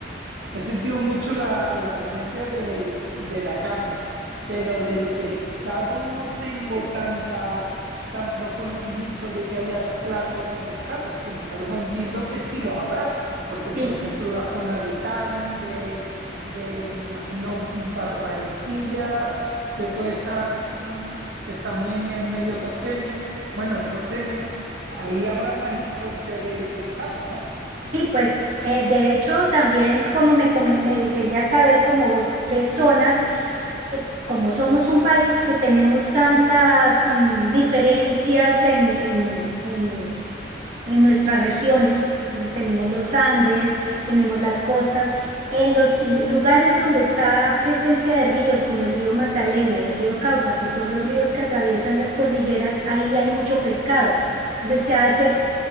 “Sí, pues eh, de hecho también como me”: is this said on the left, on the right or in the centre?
Right